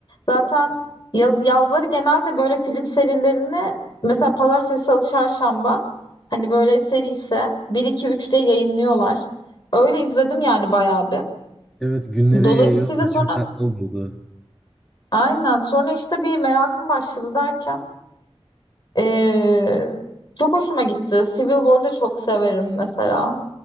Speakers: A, on the left (about 40°); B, in the centre.
A: Zaten yaz, yazları genelde böyle film serilerini mesela Pazartesi, Salı, Çarşamba hani böyle seri ise bir 2 3 diye yayınlıyorlar. Öyle izledim yani bayağı bir.
B: Evet, günlere
A: Dolayısıyla
B: yayıyor ama
A: sonra
B: çok tatlı oluyordu.
A: aynen sonra işte bir merakım başladı derken e, çok hoşuma gitti. Civil War'ı da çok severim mesela.